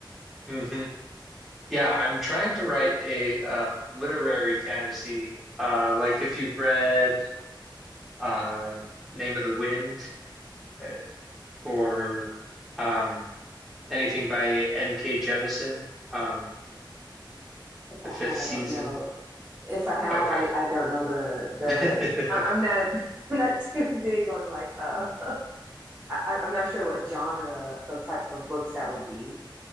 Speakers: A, in the centre; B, on the right (about 20°).
A: hmm
B: <laughs>
A: Yeah, I'm trying to write a uh, literary fantasy, uh, like if you've read uh, Name of the Wind uh, or um, Anything by N.K. Jemisin, um,
B: If
A: the
B: I have,
A: fifth season?
B: I don't know. If I have,
A: Oh, Okay.
B: I, I don't know the the.
A: <laughs>
B: I, I'm not <laughs> I'm not too big on like uh <laughs> I, I- am not sure what genre of type of books that would be,